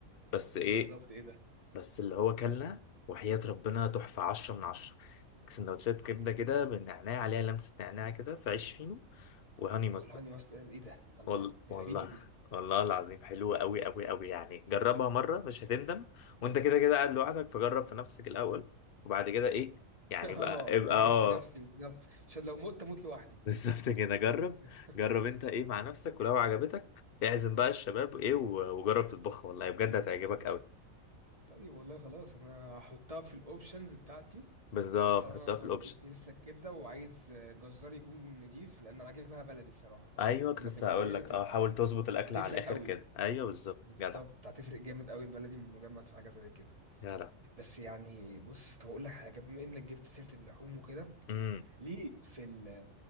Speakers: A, on the left; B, on the right.
A: بس ايه
B: بالظبط ايه ده
A: بس اللي هو كلنا وحياة ربنا تحفة عشرة من عشرة سندوتشات كبدة كده بالنعناع عليها لمسة نعناع كده في عيش فينو وهاني
B: والهاني
A: ماسترد
B: ماستر ايه ده الله
A: وال...
B: دي
A: والله
B: غريبة دي
A: والله العظيم حلوة أوي أوي أوي يعني جربها مرة مش هتندم وأنت كده كده قاعد لوحدك فجرب في نفسك الأول وبعد كده إيه
B: <laughs>
A: يعني بقى
B: اه
A: ابقى
B: اجرب
A: اه
B: في نفسي بالظبط عشان لو مت اموت لوحدي
A: <laughs> بالظبط كده
B: بالظبط
A: جرب
B: كده
A: جرب انت ايه مع نفسك ولو عجبتك اعزم بقى الشباب ايه و- وجرب تطبخها والله بجد هتعجبك قوي
B: طيب والله خلاص انا هحطها في الاوبشنز بتاعتي
A: بالظبط
B: بس انا
A: حطها في الاوبشن
B: ناقصني لسه الكبده وعايز جزار يكون نضيف لان عاجبها بلدي بصراحه
A: ايوه
B: لانها
A: كنت لسه
B: تبقى
A: هقول
B: ايه
A: لك
B: تبقى
A: اه حاول تظبط الاكل
B: هتفرق
A: على الاخر
B: قوي
A: كده ايوه بالظبط
B: بالظبط
A: جدع
B: هتفرق جامد قوي البلدي من مجمد في حاجه زي كده
A: جدع
B: بس يعني بص طب اقول لك حاجه بما انك جبت سيره اللحوم وكده
A: امم
B: ليك في ال